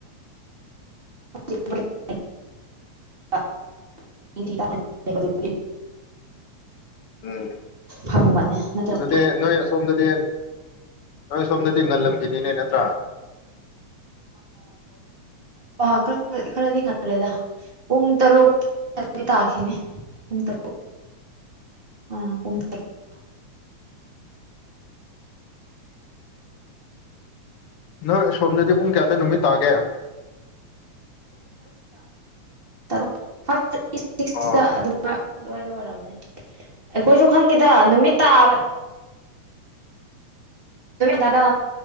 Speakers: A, on the right (about 20°); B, on the left (about 55°).
A: <unintelligible>
B: ꯎꯝ
A: ꯐꯪꯕꯅꯦ ꯅꯠꯇ꯭ꯔ
B: ꯑꯗꯨꯗꯤ ꯅꯣꯏ ꯑꯁꯣꯝꯗꯗꯤ ꯅꯣꯏ ꯁꯣꯝꯗꯗꯤ ꯉꯜꯂꯝꯒꯦ ꯏꯅꯤꯅꯦ ꯅꯠꯇ꯭ꯔꯥ
A: ꯑ ꯈꯔꯗꯤ ꯉꯜꯂꯦꯗ ꯄꯨꯡ ꯇꯔꯨꯛ ꯇꯥꯈꯤꯅꯤ ꯄꯨꯡ ꯇꯔꯨꯛ ꯑꯥ ꯄꯨꯡ ꯇꯔꯨꯛ
B: ꯅꯍ ꯁꯣꯝꯅꯗꯤ ꯄꯨꯡ ꯀꯌꯥꯗ ꯅꯨꯃꯤꯠ ꯇꯥꯒꯦ
A: ꯇꯔꯨꯔꯨ ꯐꯁ ꯊꯥꯔꯇꯤ ꯁꯤꯛꯁꯇ
B: ꯑꯩꯈꯣꯏꯗꯤ
A: ꯑꯗꯨꯃ ꯑꯗꯨꯋꯥꯏꯗ ꯑꯣꯏꯔꯝꯅꯤ ꯑꯩꯈꯣꯏꯁꯨ ꯋꯥꯈꯪꯒꯤꯗ ꯅꯨꯃꯤꯠ ꯇꯥꯕ ꯅ